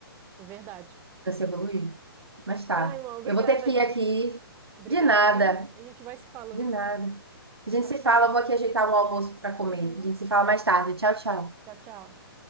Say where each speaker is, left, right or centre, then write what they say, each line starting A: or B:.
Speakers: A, on the right; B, on the right.
A: é verdade.
B: Pra se evoluir. Mas tá.
A: Ai, irmão, obrigada,
B: Eu vou ter que
A: gente.
B: ir aqui.
A: Obrigada,
B: De nada,
A: viu? A gente vai se falando.
B: de nada. A gente
A: Tchau,
B: se
A: tchau.
B: fala, eu vou aqui ajeitar um almoço para comer.
A: Uhum.
B: A gente se fala mais tarde. Tchau, tchau.
A: Tchau, tchau.